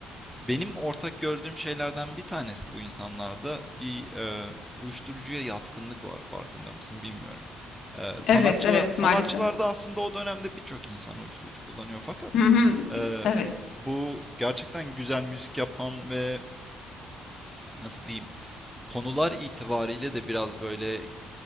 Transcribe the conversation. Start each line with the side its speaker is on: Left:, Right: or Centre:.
Centre: benim ortak gördüğüm şeylerden bir tanesi bu insanlarda bir e, uyuşturucuya yatkınlık var. Farkında mısın bilmiyorum. Ee, sanatçılar
Left: Evet, evet
Centre: sanatçılarda
Left: maalesef.
Centre: aslında o dönemde birçok insan uyuşturucu kullanıyor fakat
Left: Hı hı,
Centre: e,
Left: evet.
Centre: bu gerçekten güzel müzik yapan ve nasıl diyeyim konular itibariyle de biraz böyle